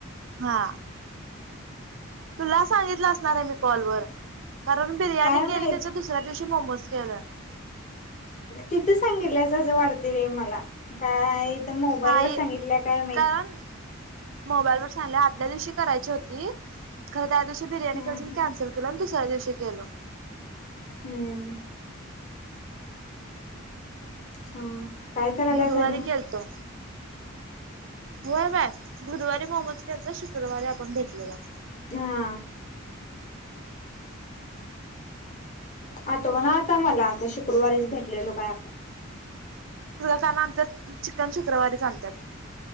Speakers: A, on the right; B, on the left.
A: हा तुला सांगितलं असणार आहे मी कॉलवर कारण बिर्याणी
B: काय
A: केली
B: माहित
A: त्याच्या दुसऱ्या दिवशी मोमोज <unintelligible>
B: तिथं सांगितलंस असं वाढते वय मला इथं मोबाईल
A: नाही
B: वर सांगितल्या काय माहित
A: कारण मोबाईल वर सांगितले ल्या दिवशी करायची होती खर दशी बिर्याणीून
B: हम्म
A: कन्स केला च दिवशी केलो
B: हम्म हा काय करायला
A: गुरुवारी
B: जाण्या
A: केलतो होय बाय गुरुवारी मोमज केल तर शुक्रवारी आपण भेटलेला
B: हा
A: हम्म
B: आठवा ना आता मला आता शुक्रवारीच भेटलेलो काय आपण
A: काल आणतात चिकन शुक्रवारीच आणतात